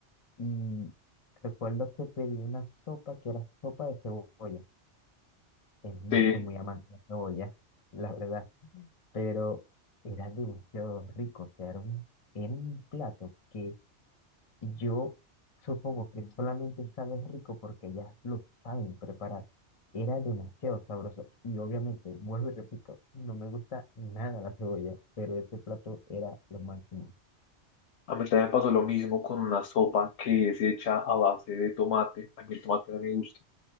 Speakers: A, on the left; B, on the left.
A: Y recuerdo que pedí una sopa que era sopa de cebolla. Eh, no
B: Sí,
A: soy muy amante de la cebolla, <laughs> la verdad, pero era demasiado rico. O sea, era un, era un plato que yo supongo que solamente sabe rico porque ya lo saben preparar. Era demasiado sabroso. Y obviamente, vuelvo y repito, no me gusta nada la cebolla, pero ese plato era lo máximo.
B: a mí también me pasó lo mismo con una sopa que es hecha a base de tomate. A mí el tomate no me gusta.